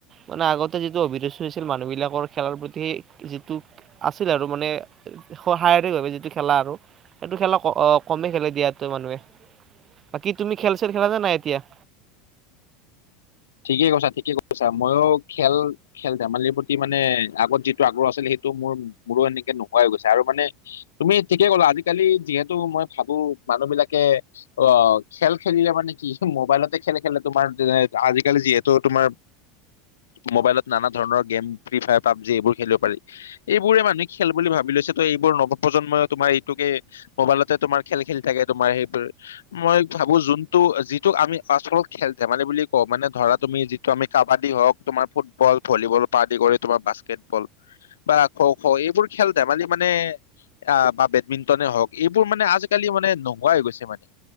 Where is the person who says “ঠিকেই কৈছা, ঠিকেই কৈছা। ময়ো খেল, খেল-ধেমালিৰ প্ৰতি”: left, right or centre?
Left